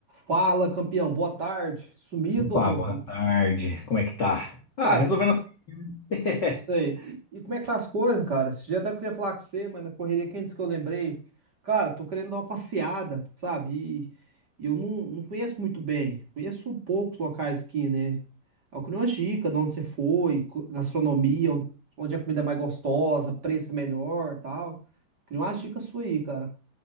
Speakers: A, on the right; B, on the left.
A: Fala, campeão. Boa tarde. Sumido,
B: Opa,
A: doutor.
B: boa tarde. Como é que tá? Ah,
A: Cara,
B: resolvendo as coisinhas. né?
A: sei.
B: <laughs>
A: E, e como é que tá as coisas, cara? Esse dia até queria falar com você, mas na correria quente que eu lembrei. Cara, tô querendo dar uma passeada, sabe? E, e eu não, não conheço muito bem. Conheço poucos locais aqui, né? Eu queria uma dica de onde você foi, co- gastronomia, on- onde a comida é mais gostosa, preço é melhor, tal. Queria umas dicas suas aí, cara.